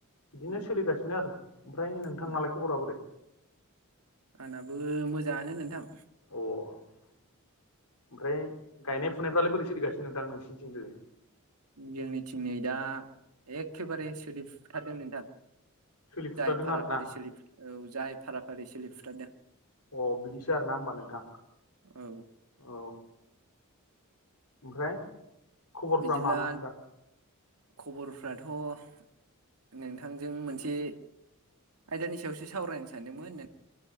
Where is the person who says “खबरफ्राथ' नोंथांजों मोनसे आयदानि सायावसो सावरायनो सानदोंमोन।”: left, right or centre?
Right